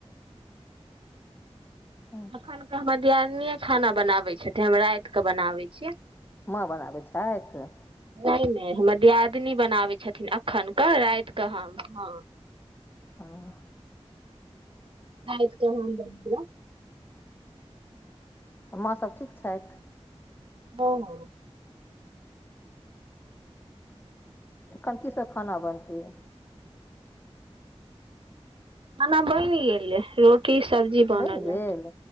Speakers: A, on the left; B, on the right.
A: हँ,
B: अखन के हम दियदनीेय खाना बनाबे छथि हम रात के बनाबै छियै
A: माँ बनाबै छथि
B: नहि नहि हमर दियादनी बनाबै छथिन एखनके रात कऽ हम हँ
A: ह
B: आ क बन्दर
A: आ माँसभ ठीक छथि
B: हँ ह
A: कथी सब खाना बनतै
B: खाना बनि गेलै रोटी सब्जी बन
A: बनि
B: लए
A: गेल